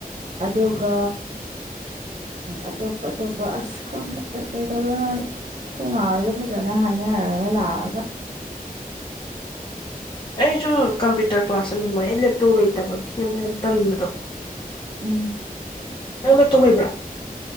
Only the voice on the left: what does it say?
ꯑꯩꯁꯨ ꯀꯝꯄ꯭ꯌꯨꯇꯔ ꯀ꯭ꯂꯥꯁ ꯆꯠꯅꯤꯡꯕꯅꯦ ꯑꯩ ꯂꯦꯞꯇꯣꯞ ꯂꯩꯇꯕꯒꯤ ꯑꯃꯣꯛ ꯇꯟꯕꯗꯣ
ꯅꯒ ꯂꯥꯞꯇꯣꯞ ꯂꯩꯕꯥꯔꯥ